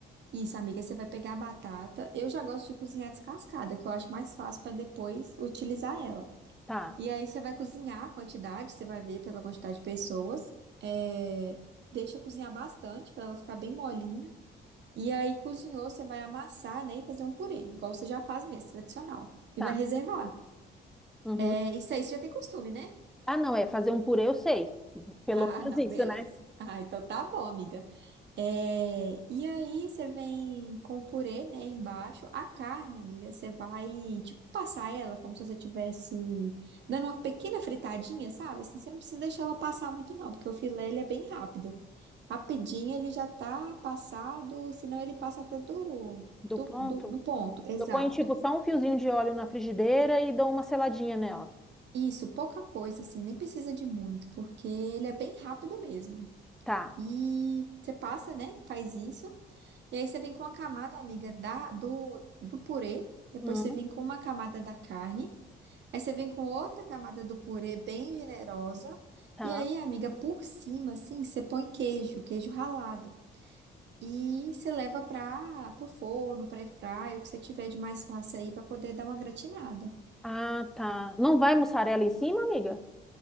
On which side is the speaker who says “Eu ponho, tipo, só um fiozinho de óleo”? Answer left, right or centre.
Centre